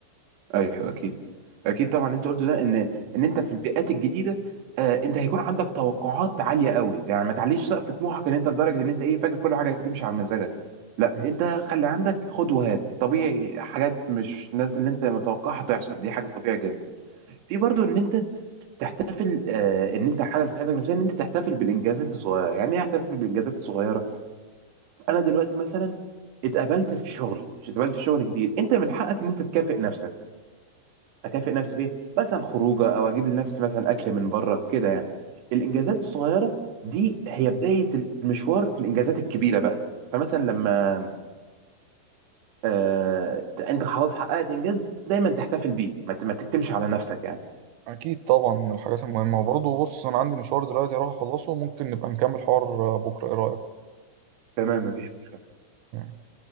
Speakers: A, on the right; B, on the right.
A: ايوه اكيد اكيد طبعا اللي انت قلته ده ان ان انت في البيئات الجديده آه انت هيكون عندك توقعات عاليه قوي يعني ما تعليش سقف طموحك ان انت لدرجه ان انت ايه فاكر كل حاجه هتمشي على مزاجك لا
B: م.
A: انت خلي عندك خد وهات طبيعي حاجات مش نازل اللي انت متوقعها تحصل دي حاجه طبيعيه جدا في برضو ان انت تحتفل آه ان انت حاجه لصحتك النفسيه ان انت تحتفل بالانجازات الصغيره يعني ايه احتفل بالانجازات الصغيره انا دلوقتي مثلا اتقبلت في شغل اتقبلت في شغل جديد انت من حقك ان انت تكافئ نفسك اكافئ نفسي بايه مثلا خروجه او اجيب لنفسي مثلا اكل من بره كده يعني الانجازات الصغيره دي هي بدايه المشوار في الانجازات الكبيره بقى فمثلا لما آه انت خلاص حققت انجاز دايما تحتفل بيه ما ت- ما تكتمش على نفسك يعني
B: اكيد طبعا من الحاجات المهمه وبرضه بص انا عندي مشوار دلوقتي راح اخلصه ممكن نبقى نكمل حوار بكره ايه
A: تمام مفيش مشكله
B: رايك